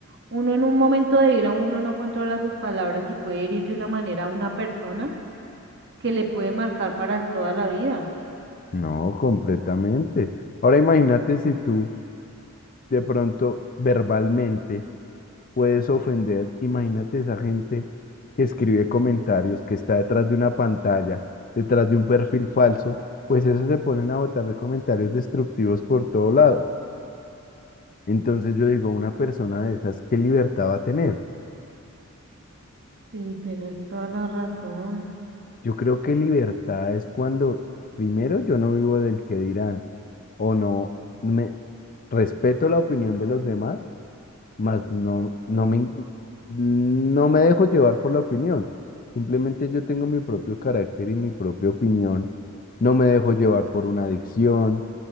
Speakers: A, on the right (about 55°); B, on the left (about 40°).
A: Uno en un momento de ira, uno no controla sus palabras y puede herir de una manera a una persona que le puede marcar para toda la vida.
B: No, completamente. Ahora imagínate si tú de pronto verbalmente puedes ofender. Imagínate esa gente que escribe comentarios, que está detrás de una pantalla, detrás de un perfil falso, pues esos se ponen a botar de comentarios destructivos por todo lado. Entonces yo digo, una persona de esas, ¿qué libertad va a tener?
A: Sí, tienes toda la razón.
B: Yo creo que libertad es cuando, primero, yo no vivo del que dirán, o no, me respeto la opinión de los demás, mas no, no me, in- no me dejo llevar por la opinión. Simplemente yo tengo mi propio carácter y mi propia opinión. No me dejo llevar por una adicción,